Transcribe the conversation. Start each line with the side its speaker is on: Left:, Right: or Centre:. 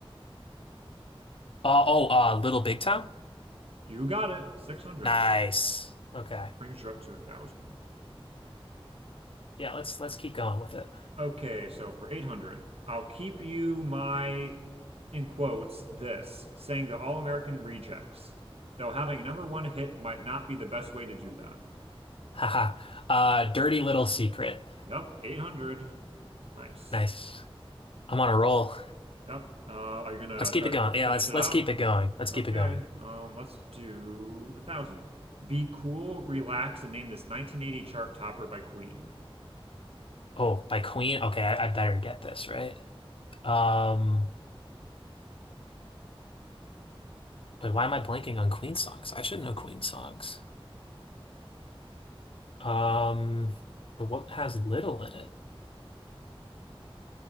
Left: Uh, oh, uh, Little Big Town?
Right: You got it. 600
Left: Nice. Okay.
Right: brings you up to a 1,000.
Left: Yeah, let's let's keep going with it.
Right: Okay, so for 800, I'll keep you my, in quotes, this, saying the All-American Rejects, though having a number one hit might not be the best way to do that.
Left: <laughs> Haha. Uh, Dirty Little Secret.
Right: Yep, 800. Nice.
Left: Nice. I'm on a roll.
Right: Yep. Uh, are you gonna
Left: Let's keep
Right: try
Left: it
Right: to
Left: going. Yeah,
Right: finish
Left: let's
Right: it
Left: let's
Right: out?
Left: keep it going. Let's
Right: Okay.
Left: keep it going.
Right: Um, let's do a thousand. Be cool, relax, and name this 1980 chart topper by Queen.
Left: Oh, by Queen. Okay, I, I better get this right. Um, wait, why am I blanking on Queen songs? I should know Queen songs. Um, but what has little in it?